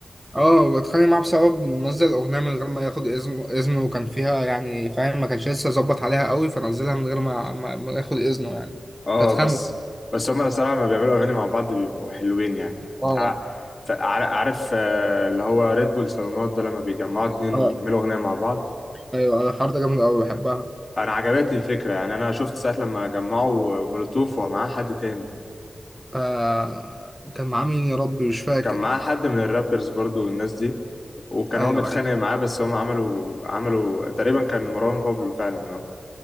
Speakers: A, in the centre; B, on the left (about 30°).
A: اه بتخانق معاه بسبب إنه نزل اغنيه من غير ما ياخد اذن اذنه وكان فيها يعني فاهم ما كانش لسه ظبط عليها قوي فنزلها من غير ما ما ما ياخد اذنه يعني
B: اه
A: فاتخانقوا
B: بس بس هما الصراحة لما بيعملوا أغاني مع بعض بيبقوا حلوين يعني
A: اه
B: تع- ف- عار- عارف آه، اللي هو ريد بول صالونات ده لما بيجمعوا اتنين
A: اه
B: ويعملوا أغنية مع بعض
A: ايوه انا الحوار ده جامد قوي بحبها
B: أنا عجبتني الفكرة يعني أنا شفت ساعة لما جمعوا مولوتوف ومعاه حد تاني
A: آه كان معاه مين يا ربي مش فاكر
B: كان معاه حد من الرابرز برضو والناس دي وكان
A: ايوه
B: هو متخانق
A: ايوه
B: معاه بس هم عملوا عملوا تقريبا كان مروان بابلو فعلا اه